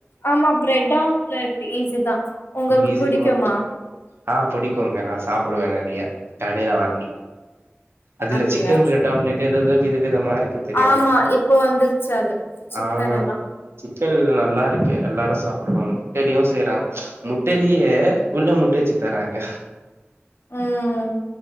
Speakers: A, on the left (about 55°); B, on the right (about 65°).
A: ஆமா பிரெட் ஆம்லெட் ஈஸி தா உங்களுக்கு
B: ஈஸி
A: புடிக்குமா
B: முட் ஆ புடிக்குங்க நா சாப்டுவே நெறையா கடைல வாங்கி அதுல
A: அப்டியா
B: சிக்கன் பிரெட்
A: செரி
B: ஆம்லேட்டு எததோ வித விதமா <unintelligible> தெரியாமா
A: ஆமா இப்போ வந்துருச்சு அது சிக்கன்
B: ஆமா
A: எல்லா
B: சிக்கன்ல நல்லா இருக்கு எல்லாரு சாப்டுவாங்க முட்டலயு செய்றாங்க முட்டலே உள்ள முட்ட வச்சு தராங்க
A: ம்